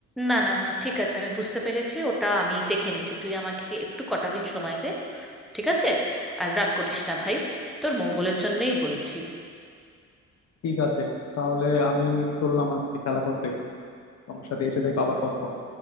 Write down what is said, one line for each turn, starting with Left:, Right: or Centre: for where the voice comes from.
Centre: না না না ঠিক আছে আমি বুঝতে পেরেছি ওটা আমি দেখে নিচ্ছি তুই আমাকে একটু কটা দিন সময় দে ঠিক আছে আর রাগ করিস না ভাই তোর মঙ্গলের জন্যেই বলছি
Left: ঠিক আছে তাহলে আমি চললাম আজকে খেলা করতে একটু তোমার সাথে এসে দেখো আবার কথা হবে